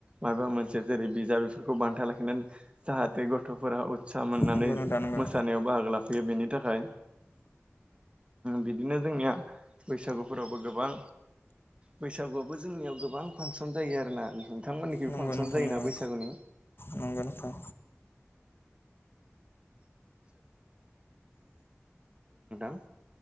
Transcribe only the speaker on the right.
माबा मोनसे जेरै बिजाब बेफोरखौ बान्था लाखि जाहाथे गथ'फोरा उत्सा मोननानै
मोसानायाव बाहागो लाफैयो बेनि नि थाखाय बिदिनो जोंनिया बैसागुफोरावबो गोबां बैसागुआबो जोंनियाव गोबां फांसन जायो आरोना नोंथांमोननिखि
फांसन
जायोना
बैसागुनि
<inaudible>